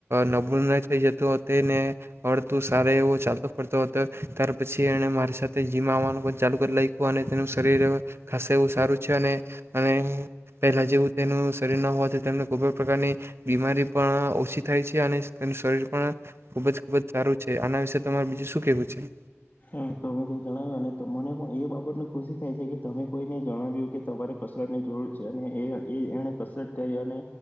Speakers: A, on the right; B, on the left.
A: નબળું ન થઈ જતું ને <unintelligible> એવો ચાલતો ફરતો હતો તાર પછી એને મારી સાથે જીમ આવવાનું પણ ચાલુ કરી લાયખુ અને તેનું શરીર ખાસુ એવું સારું છે અને અને પહેલા જેવું તેનું શરીર ના હોવાથી તેમને કોઈ પણ પ્રકારની બીમારી પણ ઓછી થાય છે અને તેનું શરીર પણ ખુબ જ ખુબ જ સારું છે. તે આના વિશે તમારે બીજું શું કેહેવું છે?
B: હા તમે જે જણાવ્યું ને તો મને પણ એ બાબતને ખુશી થાય છે કે તમે કોઈને જણાવ્યું કે તમારે કસરત ની જરૂર છે અને એ એ એને કસરત કરી અને